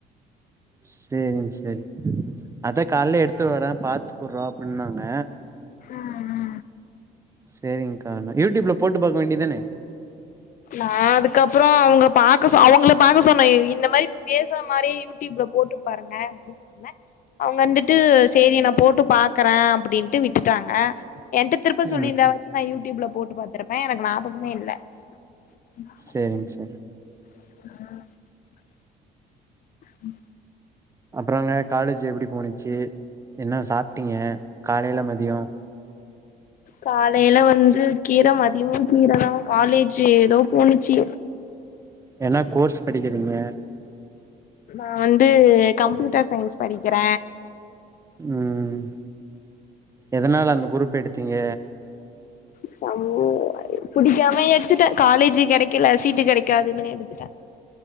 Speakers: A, on the right; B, on the left.
A: செரிங்க செரி அதா கால்ல எடுத்து வரே பாத்து கூப்ட்றோ அப்டின்னாங்க
B: ம் ஆ
A: செரிங்க்கா நா யூடியூப்ல போட்டு பாக்க வேண்டியதானே
B: நா அதுக்கப்றோ அவுங்க பாக்க சொ அவுங்கள பாக்க சொன்னே இ இந்த மாரி பேசுற மாரி டியூப்ல போட்டு பாருங்க அப்டின்னு சொன்ன அவுங்க வந்துட்டு செரி நா போட்டு பாக்கறே அப்டின்டு விட்டுட்டாங்க என்ட திருப்ப சொல்லிருந்தாவாச்சு
A: ம்
B: நா யூடியூப்ல போட்டு பாத்துருப்பே எனக்கு ஞாபகமே இல்ல ஆ
A: சேரிங் சார்
B: ம்
A: அப்றோங்க காலேஜு எப்டி போனுச்சு என்ன சாப்டீங்க காலையில மதியோ
B: காலையில வந்து கீர மதியமு கீர தா காலேஜு ஏதோ போனுச்சு
A: என்ன கோர்ஸ் படிக்கிறீங்க
B: நா வந்து கம்ப்யூட்டர் சயின்ஸ் படிக்கிற
A: ம் எதனால அந்த குரூப் எடுத்தீங்க
B: சமூக அறிவி புடிக்காம எடுத்துட்டே காலேஜு கெடைக்கல சீட்டு கெடைக்காதுனு எடுத்துட்ட